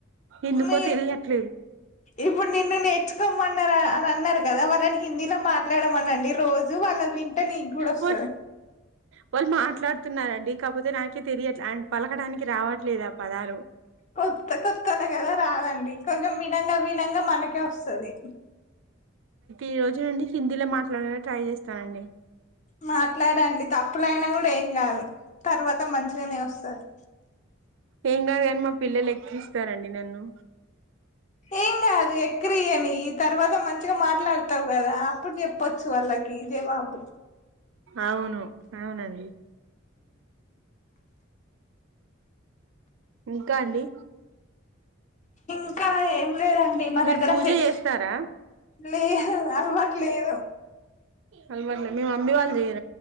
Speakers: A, on the right; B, on the left.
A: ఎందుకో
B: మీ
A: తెలియట్లేదు
B: ఇప్పుడు నిన్ను నేర్చుకోమన్నారా అన్నారు కదా వాళ్లని హిందీలో మాట్లాడమనండి రోజు వాళ్ళ వింటే నీకు కూడా వస్తది
A: పో వాళ్లు మాట్లాడు వస్తున్నారండి కాకపోతే నాకే తెలియట్ ఆయనకి పలకడానికి రావట్లేదు ఆ పదాలు
B: కొత్త కొత్తలా కదా రాదండి కొంచెం మీ తల్ల విల్ విన్నంగా మనకే వస్తుంది
A: ఈరోజు నుండి హిందీలో మాట్లాడటానికి ట్రై చేస్తానండి
B: మాట్లాడండి తప్పులైనా కూడా ఏం కాదు తర్వాత మంచి మంచినే వస్తది
A: ఏం కాదు గాని మా పిల్లలు ఎక్కిరిస్తారండి నన్ను
B: ఏం కాదు ఏక్రియని తర్వాత మంచి మంచిగా మాట్లాడతావు కదా అప్పుడు చెప్పచ్చు వాళ్ళకి జావాబు
A: అవును అవునండి ఇంకా అండి
B: ఇంకా ఏం లేదండి మా
A: మీరు
B: దగ్గర
A: పూజ
B: ఫెస్
A: చేస్తారా
B: లేదు అల్వాటు లేదు
A: అలవట్లే మీ మమ్మీవాళ్ళు చెయా